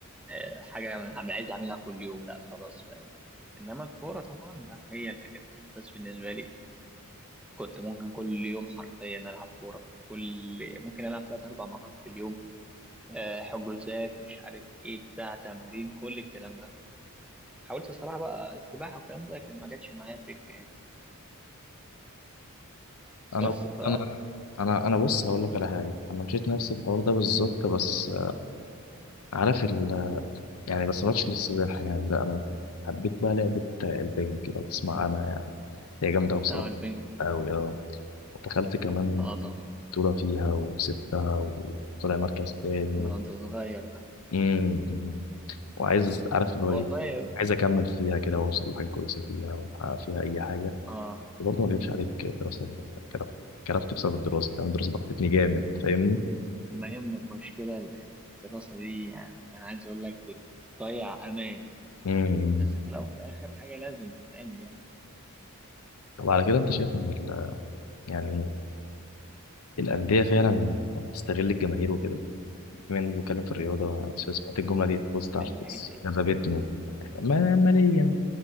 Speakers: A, in the centre; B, on the left (about 75°).
A: آه... حاجة أنا عم- عايز أعملها كل يوم لا خلاص فاهم إنما الكورة طبعا لا هي اللي كانت الأساس بالنسبة لي كنت ممكن كل يوم حرفيا ألعب كورة كل ممكن ألعب تلات أربع مرات في اليوم آه، حجوزات مش عارف إيه بتاع تمرين كل الكلام ده حاولت الصراحة بقى السباحة والكلام ده لكن ما جاتش معايا سكة يعني بس
B: أنا
A: ف
B: أنا أنا أنا بص هقول لك على حاجة أنا مشيت نفس الحوار ده بالظبط بس عارف يعني بس ماتش للسباحة يعني لا أنا حبيت بقى لعبة البنج لو تسمع عنها يعني هي جامدة أوي بصراحة
A: اه البينج بونج
B: أوي أه ودخلت كمان
A: اه طبعا
B: بطولة فيها وكسبتها وطلع مركز تاني و...
A: ده انت صغير ده
B: مم، مم. وعايز عارف اللي هو
A: والله
B: إيه عايز أكمل فيها كده وأوصل لحاجة كويسة فيها وأحقق فيها أي حاجة
A: اه
B: وبرضه ما أكدبش عليك الدراسة كرفت كرفت بسبب الدراسة فاهم الدراسة ضغطتني جامد فاهمني
A: ما هي م- مشكلة ال- ال- الدراسة دي يعني أنا عايز أقول لك بتضيع أمان
B: مم.
A: بس في الأول وفي الآخر حاجة لازم تتعمل يعني
B: طب على كده أنت شايف إن ال... يعني الأندية فعلا بتستغل الجماهير وكده بما اني بنتكلم في الرياضه سمعت الجمله دي في بوست على
A: من
B: الفيس
A: ناحية إيه؟
B: جذبتني ما- ماليا